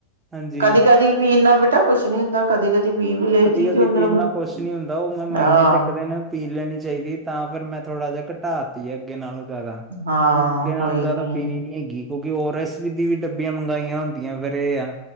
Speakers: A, on the right (about 15°); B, on the right (about 70°).
A: ਹਾਂਜੀ
B: ਕਦੀ ਕਦੀ ਵੀ ਇੰਨਾ ਬੇਟਾ ਕੁਛ ਨੀ ਹੁੰਦਾ। ਕਦੀ ਕਦੀ ਪੀ ਵੀ। ਲਈ
A: ਕਦੀ
B: ਚੀਜ਼
A: ਕਦੀ
B: ਉਹਦੇ
A: ਪੀਣ ਨਾਲ ਕੁਛ ਨੀ ਹੁੰਦਾ ਉਹ ਮੈਂ ਮਹੀਨੇ
B: ਹਾਂ
A: ਚ ਇੱਕ ਦਿਨ। ਪੀ ਲੈਣੀ ਚਾਹੀਦੀ ਤਾਂ ਫਿਰ ਮੈਂ ਥੋੜ੍ਹਾ ਜਿਹਾ ਘਟਾਤੀ ਆ ਅੱਗੇ ਨਾਲੋਂ। ਜ਼ਿਆਦਾ
B: ਹਾਂ
A: ਮੁੰਡੇ ਨਾਲੋਂ
B: ਕੋਈ
A: ਜ਼ਿਆਦਾ
B: ਨੀ
A: ਬੀਨੀ। ਹੈਗੀ ਕਿਉਂਕਿ ਓਰ ਐਸ ਦੀ ਵੀ ਡੱਬੀਆਂ ਮੰਗਾਈਆਂ ਹੁੰਦੀਆਂ ਫੇਰ ਇਹ ਆ